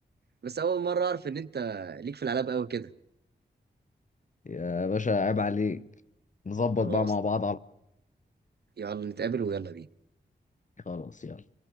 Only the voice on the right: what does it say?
بس اول مره اعرف ان انت ليك في الالعاب قوي كده
خلاص
يلا نتقابل ويلا بينا